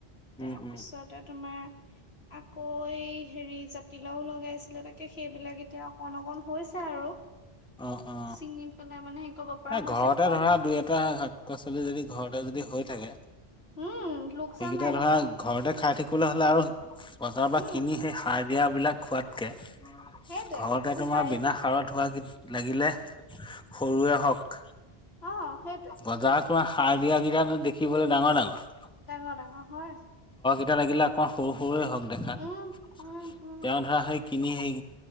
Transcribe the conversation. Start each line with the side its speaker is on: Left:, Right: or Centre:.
Centre: উম
Left: তাৰপিছতে
Centre: উম
Left: তোমাৰ আকৌ হেৰি জাতিলাও, লগাইছিলে তাকে সেইবিলাক এতিয়া অকন অকন হৈছে। আৰু
Centre: অ অ
Left: ছিঙি পেলাই মানে হেৰি কৰিব পৰা
Centre: ন
Left: হৈছে
Centre: ঘৰতে
Left: ক
Centre: ধৰা দুই এটা শাক -পাচলি, যদি ঘৰতে যদি হৈ থাকে।
Left: উম লোকচান
Centre: সেইকেইটা
Left: নাই
Centre: ধৰা
Left: নহয়
Centre: ঘৰতে খাই থাক কিবলৈ হ'লে আৰু বজাৰৰ পৰা
Left: উম
Centre: কিনি সেই সাৰ দিয়াবিলাক খোৱাতকে
Left: সেইটোৱে
Centre: ঘৰতে
Left: তুমি
Centre: তোমাৰ
Left: বাৰীত
Centre: বিনা সাৰত হোৱা কি লাগিলে সৰুৱে হওক
Left: অ সেইটোৱে
Centre: বজাৰ তোমাৰ সাৰ দিয়াকেইট দেখিবলৈ ডাঙৰ ডাঙৰ
Left: ডাঙৰ ডাঙৰ হয়।
Centre: এতিয়া লাগিলে অকমান সৰু সৰুে হওক দেখাত
Left: উম উম উম
Centre: তেওঁ ধৰা সেই কিনি সেই